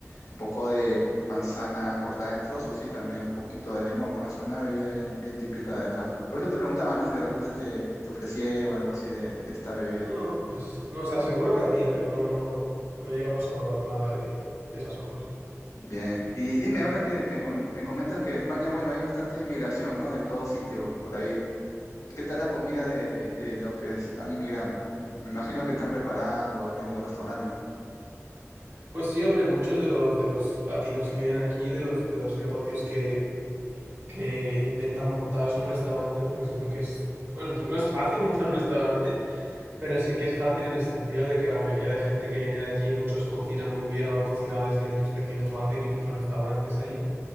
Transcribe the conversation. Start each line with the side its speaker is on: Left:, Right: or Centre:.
Left: un poco de manzana cortada en trozos y también un poquito de limón, ¿no? Es una bebida bien, bien típica de acá. Por eso te preguntaba,
Right: Mm,
Left: ¿no? Si de repente te, te ofrecieron algo así de, de esta bebida.
Right: No, pues no, o sea, seguro que habría, pero no, no, no llegamos a probar nada de, de esas cosas.
Left: Bien, y dime, ahora que me, con- me comentas que España, bueno, hay bastante inmigración, ¿no? De todo sitio por ahí. ¿Y ¿Qué tal la comida de, de- de los que están inmigrando? Me imagino que están preparando o abriendo restaurantes.
Right: Pues sí, hombre, muchos de los, de los latinos que vienen aquí, de los, de los negocios que, que intentan montar son restaurantes, ¿no? Porque siento que es, bueno, entre- no es fácil <laughs> montar un restaurante, pero sí que es fácil en el sentido de que la mayoría de gente que viene de allí, muchos cocinan muy bien o han cocinado desde niños pequeños o han tenido incluso restaurantes allí.